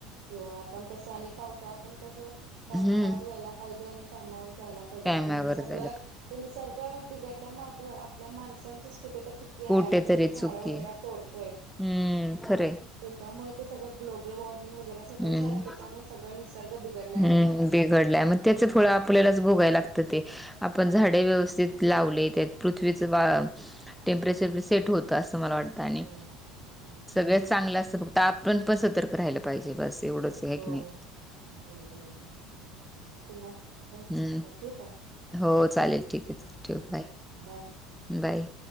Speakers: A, on the right; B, in the centre.
A: हिवाळा पण तस आणि पावसाळा पण कसं? टायमावर
B: हम्म
A: यायला पाहिजे आणि टायमावर जायला पाहिजे
B: टायमावर
A: आणि हे
B: जायला पाहिजे
A: त्यांनी सारखं बिघडल्या माग आपल्या माणसांचीच कुठे तर चुक की आहे
B: कुठेतरी
A: आपण एवढी झाडं
B: चुकी
A: वगैरे तोडतोय.
B: हम्म खरे
A: त्याच्यामुळे ते सगळं ग्लोबल वॉर्मिंग वगैरे सगळं
B: हम्म
A: झालंय त्याच्यामुळे सगळं निसर्ग बिघडलाय आपला.
B: हम्म बिघडलाय मग त्याच फळ आपल्यालाच भोगाय लागतं ते. आपण झाडे व्यवस्थित लावले त्या पृथ्वीच टेम्परेचर सेट होत अस मला वाटत आणि
A: हो खरंच
B: सगळ चांगलं
A: ठीक
B: असत
A: आहे
B: फक्त आपण पण सतर्क राहिलं पाहिजे बस तेवढंच हे
A: हो
B: की नाही.
A: बरोबर एकदम ठीक आहे मग चल
B: हम
A: आता ठेवू काय
B: हो चालेल ठीक आहे ठेव
A: चल
B: बाय
A: बाय.
B: बाय.